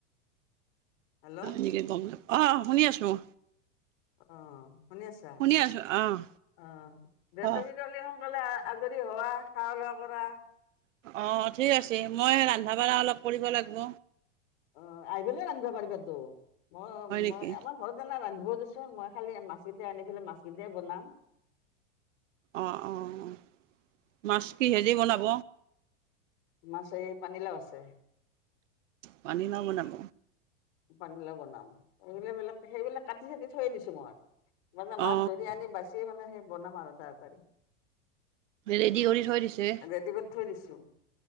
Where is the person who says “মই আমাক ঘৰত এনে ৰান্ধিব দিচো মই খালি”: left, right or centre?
Left